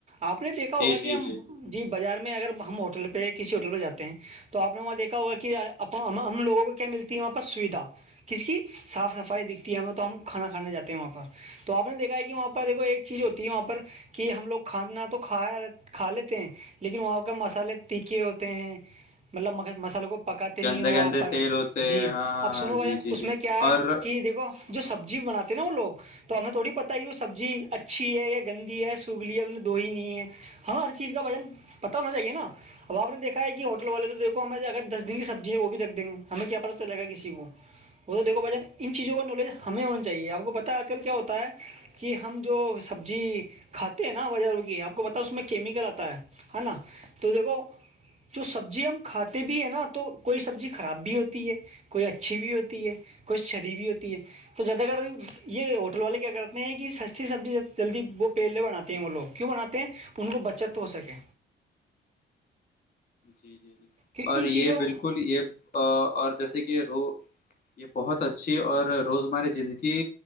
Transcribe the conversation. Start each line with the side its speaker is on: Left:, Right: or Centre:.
Right: آپ نے دیکھا
Left: جی
Right: ہوگا کہ
Left: جی
Right: ہم جی بازار میں اگر ہم ہوٹل پہ کسی ہوٹل پہ جاتے ہیں تو آپ نے وہاں دیکھا ہوا کہ ہم لوگوں کو کیا ملتی ہے وہاں پر سویدھا کس کی صاف سفائی دکھتی ہے ہمیں تو ہم کھانا کھانے جے ہیں وہاں پر تو آپ نے دیکھا ہے کہ وہاں پر
Left: جی
Right: دیکو ایک چیزیں ہوتی ہے وہاں پر کہ ہم لوگ کھانا تو کھا کھا لیتے ہیں لیکن وہاں کا مسالے تھے ہوتے ہیں مطلب مسالوں کو پکاتے نہیں
Left: گندے
Right: وہاں
Left: گندے
Right: پر
Left: تیل ہوتے
Right: جی
Left: ہیں ہاں ہاں
Right: اب سنو
Left: ہاں
Right: بھائین
Left: جی جی
Right: اس
Left: جی
Right: میں کیا ہے
Left: اور
Right: کہ دیکھو
Left: ہاں
Right: جو سبزی بنات نا وہ لوگ تو ہمیں تھوڑی پتہ ہے وہ سبزی اچھی ہے یا گندی ہے سگلی ہے ان میں دو ہی نہیں ہے ہاں ہر چیز کا
Left: جی
Right: وجن
Left: جی
Right: پت ہونا چاہیے نا اب آپ نے دیکھا ہے کہ
Left: جی
Right: ہوٹل والے تو دیکھ ہمیں اگر دس دیں گی سبزی ہے وہ بھی رکھ دیں گے ہمیں کیا پتا چلےا کسی کو وہ تو دیکو بھائی جان ان چیزوں کا نالج ہمیں ہونا چاہیے آپ کو پتا ہے آج کل کیا ہوتا ہے کہ ہم جو سبزی کھاتے ہیں نا بازار کی آپ کو پتا اس میں کیمیکل آتا ہے ہے نا تو دیکھو جو سبزی ہم کھاتے بھی ہے نا تو کوئی سبزی خراب بھی ہوتی ہے کوئی اچھی بھی ہوتی ہے کوئی سڑی بھی ہوتی ہے تو زیادہ کرد یہ ہوٹل والے کیا کرتے ہیں کہ سستی سبزی جلدی وہ پیل لے بناتے ہیں وہ لوگ کی بناتے ہیں ان کو بچت تو ہو سکے
Left: جی جی جی
Right: کہ
Left: اور
Right: ان چیزوں
Left: یہ بالکل یہ اور جیسے کہ رو یہ بہت اچھی اور روزمرہ زندگی